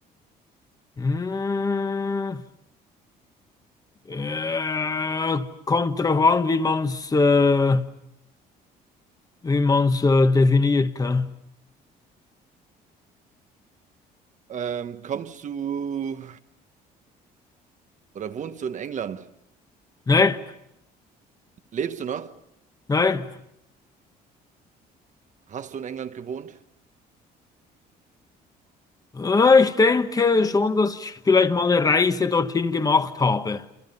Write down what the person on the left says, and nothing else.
Mm, äh, kommt drauf an, wie man's, äh, wie man's, äh, definiert. hä?
Nein,
nein.
Äh, ich denke schon, dass ich vielleicht mal eine Reise dorthin gemacht habe.